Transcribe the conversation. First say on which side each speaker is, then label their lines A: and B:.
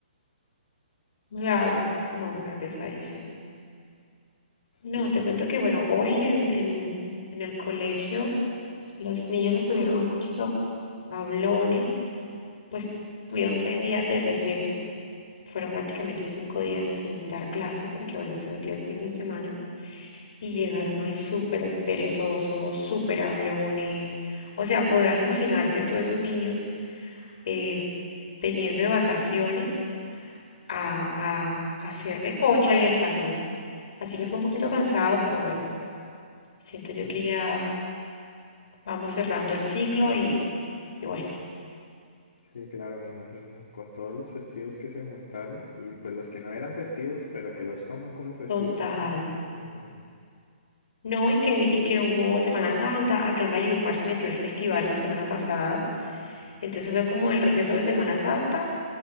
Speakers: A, on the left; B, on the left.
A: Claro, no, re pesadísimo. No,
B: Sí,
A: te cuento que, bueno, hoy en, en, en el colegio los niños estuvieron un poquito hablones, pues tuvieron tres días de receso, fueron prácticamente cinco días sin dar clase porque, bueno, se metió el fin de semana. Y llegaron hoy súper perezosos, súper hablones. O sea, podrás imaginarte tú esos niños eh, viniendo de vacaciones a, a, a hacer recocha en el salón. Así que fue un poquito cansado, pero bueno, siento yo
B: cl-
A: que ya vamos cerrando el ciclo y, y bueno,
B: sí, claro, me imagino. Con todos los festivos que se juntaron y pues los que no eran festivos, pero que los toman como festivos.
A: total.
B: mm, ujú.
A: No, y que, y que hubo Semana Santa, acá en Valledupar se metió el festival la semana pasada, entonces fue como el receso de Semana Santa